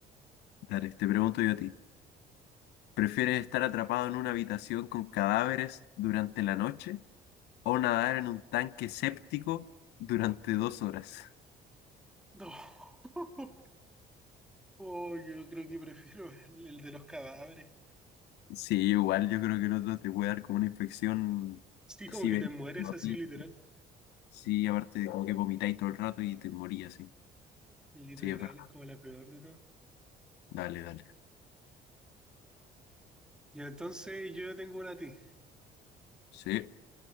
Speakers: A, on the left; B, in the centre.
A: Dale, te pregunto yo a ti. ¿Prefieres estar atrapado en una habitación con cadáveres durante la noche o nadar en un tanque séptico durante dos horas?
B: No. <laughs> Oh, yo creo que prefiero <laughs> el, el de los cadáveres.
A: Sí, igual yo creo que el otro te puede dar como una infección
B: Sí,
A: así
B: como que
A: benigna
B: te mueres
A: a
B: así,
A: ti.
B: literal.
A: Sí, aparte como que vomitáis todo el rato y te morías, sí.
B: Literal,
A: Sí, es verdad.
B: es como la peor de todas.
A: Dale, dale.
B: Y entonces yo tengo una a ti.
A: Sí.